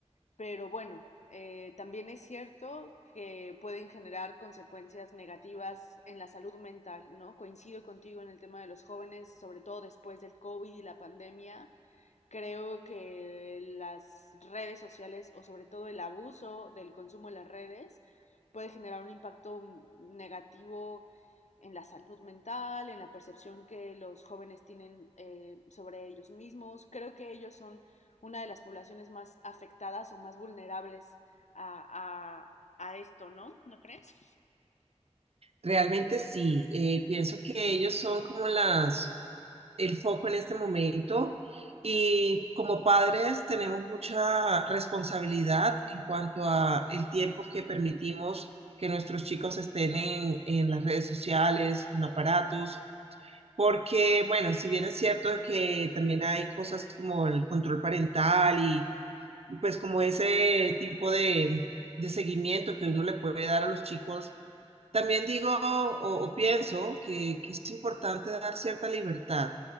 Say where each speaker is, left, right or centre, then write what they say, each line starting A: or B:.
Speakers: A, on the left; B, on the right.
A: Pero bueno, eh, también es cierto que pueden generar consecuencias negativas en la salud mental, ¿no? Coincido contigo en el tema de los jóvenes, sobre todo después del COVID y la pandemia Creo que las redes sociales o sobre todo el abuso del consumo de las redes puede generar un impacto negativo en la salud mental, en la percepción que los jóvenes tienen eh, sobre ellos mismos. Creo que ellos son una de las poblaciones más afectadas o más vulnerables a, a, a esto, ¿no? ¿No crees?
B: Realmente sí, eh, pienso que ellos son como las el foco en este momento y como padres tenemos mucha responsabilidad en cuanto a el tiempo que permitimos que nuestros chicos estén en, en las redes sociales, en aparatos, porque bueno, si bien es cierto que también hay cosas como el control parental y, y pues como ese tipo de, de seguimiento que uno le puede dar a los chicos también digo o, o pienso que, que es importante dar cierta libertad.